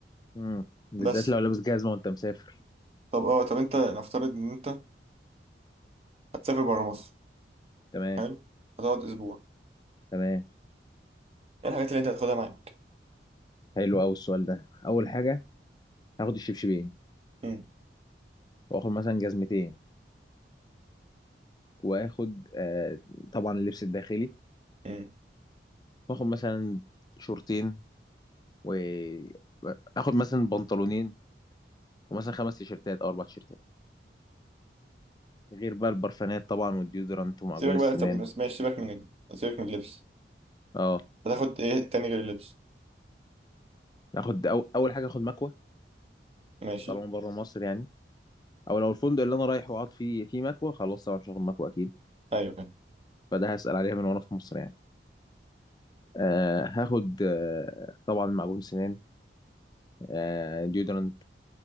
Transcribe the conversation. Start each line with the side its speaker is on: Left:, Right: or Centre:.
Left: امم بالذات
Right: بس
Left: لو لابس جزمه وانت مسافر
Right: طب أه طب أنت نفترض إن أنت هتسافر برا مصر
Left: تمام
Right: حلو هتقعد أسبوع
Left: تمام
Right: إيه الحاجات اللي أنت هتاخدها معاك؟
Left: حلو قوي السؤال ده اول
Right: مم.
Left: حاجه هاخد الشبشبين
Right: مم.
Left: واخد مثلا جزمتين واخد آه طبعا اللبس الداخلي
Right: مم.
Left: واخد مثلا شورتين واخد مثلا بنطلونين ومثلا خمس تيشيرتات او اربع تيشيرتات غير بقى البرفانات طبعا والديودرانت ومعجون
Right: سيبك
Left: السنان
Right: بقى طب بس ماشي سيبك من سيبك من اللبس
Left: اه
Right: هتاخد إيه تاني غير اللبس
Left: اخد أو... اول حاجه اخد مكوه
Right: ماشي
Left: طالما بره مصر يعني او لو الفندق اللي انا رايح وقعد فيه فيه مكوه خلاص طبعا مش هاخد مكوه اكيد
Right: أيوه فاهم
Left: فده هسال عليها من وانا في مصر يعني آه هاخد آه طبعا معجون سنان آه ديودرانت